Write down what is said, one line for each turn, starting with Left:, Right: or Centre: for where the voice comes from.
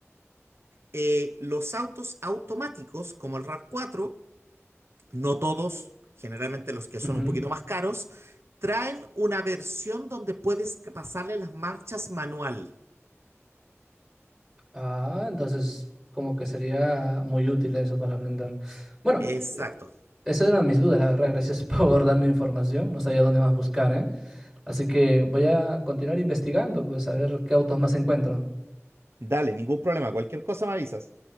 Right: eh, los autos automáticos como el rav cuatro no todos, generalmente los que son
Centre: Ujú.
Right: un poquito más caros, traen una versión donde puedes pasarle las marchas manual.
Centre: Ah, entonces como que sería muy útil eso para aprender. Bueno,
Right: Exacto.
Centre: esas eran mis dudas, la verdad. Gracias <laughs> por darme información. No sabía dónde más buscar, ¿eh? Así que voy a continuar investigando, pues a ver qué autos más encuentro.
Right: Dale, ningún problema. Cualquier cosa me avisas.